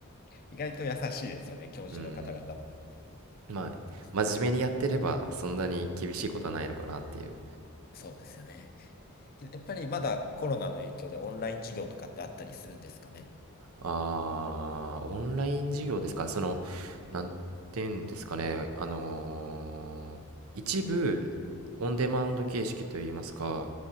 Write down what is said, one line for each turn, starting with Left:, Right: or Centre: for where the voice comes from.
Left: <laughs> 意外と優しいですよね、教授の方々も。
Right: うんまあ真面目にやってればそんなに厳しいことはないのかなっていう。
Left: やっぱりそうですよね。やっぱりまだコロナの影響でオンライン授業とかってあったりするんですかね。
Right: あーオンライン授業ですかそのなんていうんですかねあのー一部オンデマンド形式といいますか